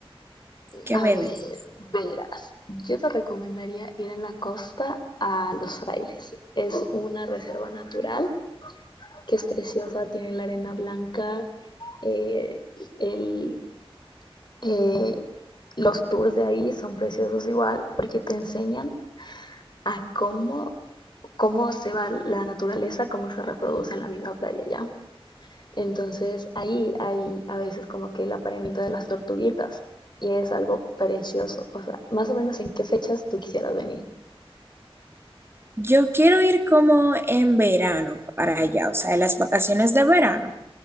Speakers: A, on the right (about 25°); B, on the left (about 50°).
A: ¿Qué
B: A
A: me
B: ver,
A: dices?
B: verás, yo te recomendaría ir en la costa a Los Frailes. Es una reserva natural que es preciosa, tiene la arena blanca, eh, el, eh, los tours de ahí son preciosos igual porque te enseñan a cómo, cómo se va la naturaleza, cómo se reproduce en la misma playa ya. Entonces ahí hay a veces como que el apareamiento de las tortuguitas y es algo precioso. O sea, más o menos en qué fechas tú quisieras venir.
A: Yo quiero ir como en verano para allá, o sea, en las vacaciones de verano.